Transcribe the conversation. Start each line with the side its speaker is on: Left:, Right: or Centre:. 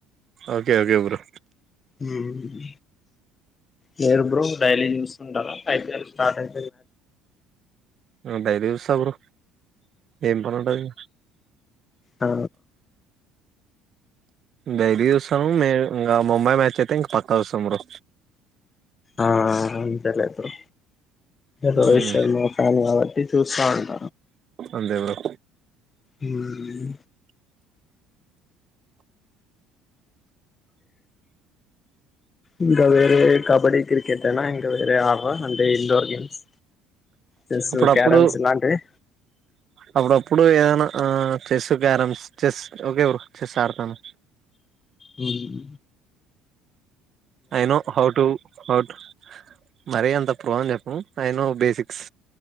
Right: ఓకే ఓకే బ్రో
Left: హమ్ నరు బ్రం డైలీ చూస్తుండాలా ఐపీఎల్ స్టార్ట్ అయి
Right: డైలీ చూస్తా బ్రో ఏం పని ఉంటది
Left: ఆ
Right: డిల్లీ చూస్తాను మేము ఇంకా ముంబై మ్యాచ్ అయితే ఇంక పక్కా చూస్తాం బ్రో
Left: ఆ అంతే లే బ్రో రోహిత్
Right: ఉమ్
Left: శర్మ ఫాన్ కాబట్టి చూస్తా అంట
Right: అంతే బ్రో
Left: హమ్ ఇంక అదేరే కబడ్డీ క్రికెట్ తేనా ఇంకా వేరే ఆపా అంటే ఇండోర్ గేమ్స్ చెస్సు
Right: అప్పుడప్పుడు
Left: క్యారమ్స్ ఇలాంటివి
Right: అప్పుడప్పుడు ఏదైనా ఆ chess carroms chess okay bro chess ఆడతాను
Left: హ్మ్
Right: I know how to how to మర అంత ప్రో అని చెప్పను ఐ నో బేసిక్స్